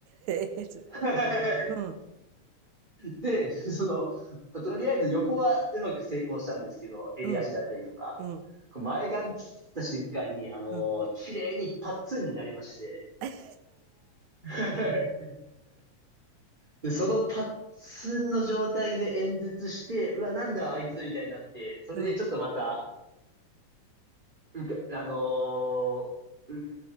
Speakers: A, on the right (about 75°); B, on the right (about 15°).
A: へえ、す
B: <laughs>
A: うん、
B: で、<laughs> その、とりあえず横はうまく成功したんですけど、襟足だったりとか、
A: うん、うん、
B: こう前髪切った瞬間に、あのー綺麗にパッツンになりまして、
A: うん。<laughs> えへへ
B: <laughs> で、そのパッツンの状態で演説して、うわ、なんだあいつみたいになって、それでちょっとまた、
A: うん。
B: うかあのーう